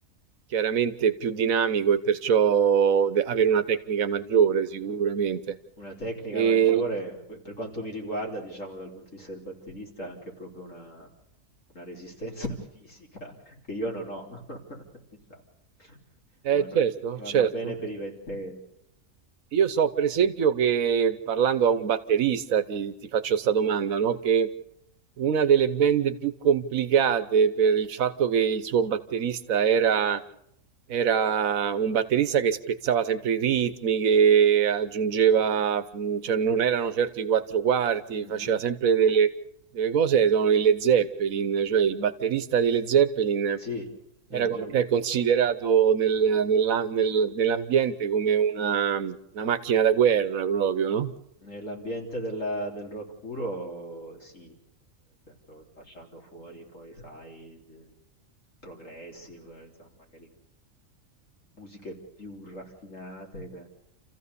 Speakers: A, on the right; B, on the left.
A: chiaramente più dinamico e perciò de- avere una tecnica maggiore sicuramente.
B: Una tecnica
A: E,
B: maggiore, pe- per quanto mi riguarda, diciamo dal punto di vista del batterista, è anche proprio una, una resistenza <laughs> fisica che io non ho, <laughs> diciamo.
A: eh,
B: Vanno,
A: certo,
B: vanno
A: certo.
B: bene per i ventenni.
A: Io so per esempio che parlando a un batterista, ti, ti faccio questa domanda, no? Che una delle band più complicate per il fatto che il suo batterista era, era un batterista che spezzava sempre i ritmi, che aggiungeva, mh, cioè non erano certo i quattro quarti,
B: Mhm.
A: faceva sempre delle, delle cose, sono i Led Zeppelin, cioè il batterista dei Led Zeppelin
B: Sì, beh,
A: era
B: già,
A: con- è considerato nel- nella- nel- nell'ambiente come una, una macchina da guerra proprio, no?
B: Nell'ambiente della- del rock puro, sì, nel senso lasciando fuori poi, sai, eh, progressive, insomma, magari musiche più raffinate che,